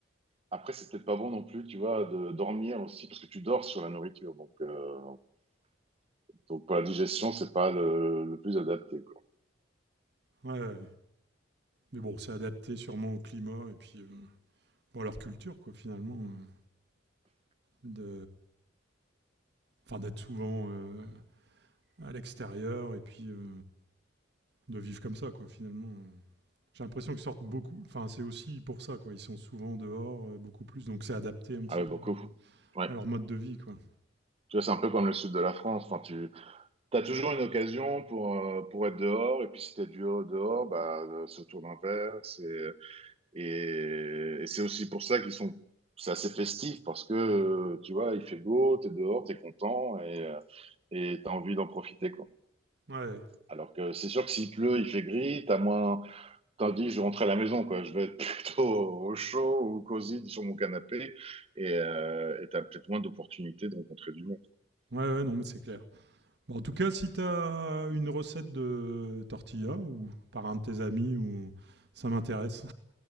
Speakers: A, on the right; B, on the right.
A: Après, c'est peut-être pas bon non plus, tu vois, de dormir aussi, parce que tu dors sur la nourriture. Donc, euh, donc pour la digestion, c'est pas le, le plus adapté, quoi.
B: Ouais, ouais. mais bon, c'est adapté sûrement au climat et puis euh, bon, à leur culture, quoi, finalement. euh, de... Enfin, d'être souvent euh, à l'extérieur et puis euh, de vivre comme ça, quoi, finalement. J'ai l'impression qu'ils sortent beaucoup. Enfin, c'est aussi pour ça, quoi. Ils sont souvent dehors, euh, beaucoup plus. Donc, c'est adapté un petit
A: Ah oui,
B: peu
A: beaucoup. Ouais.
B: à leur mode de vie, quoi.
A: Tu vois, c'est un peu comme le sud de la France. Enfin, tu as toujours une occasion pour, euh, pour être dehors. Et puis, si t'es du haut dehors, bah, euh, c'est autour d'un verre. C'est, et, et c'est aussi pour ça qu'ils sont, c'est assez festif parce que, euh, tu vois, il fait beau, t'es dehors, t'es content et, euh, et t'as envie d'en profiter, quoi.
B: Ouais, ouais,
A: Alors que c'est sûr que s'il pleut, il fait gris, t'as moins, Tandis que je rentre à la maison, quoi. Je vais être <laughs> plutôt au chaud ou cosy sur mon canapé et euh, et t'as peut-être moins d'opportunités de rencontrer du monde.
B: ouais, ouais, non, mais c'est clair. Bon, en tout cas, si t'as une recette de tortilla ou par un de tes amis ou ça m'intéresse.